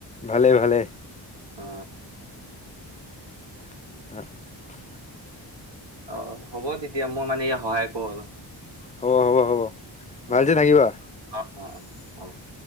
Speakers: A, on the left; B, on the right.
A: ভালেই ভালেই।
B: অ
A: <inaudible>
B: অ', হ'ব তেতিয়া মই মানে ই সহায় কৰো অলপ।
A: হ'ব হ'ব হ'ব ভালছে
B: অ
A: থাকিবা।
B: অ অ', অ', হ'ব।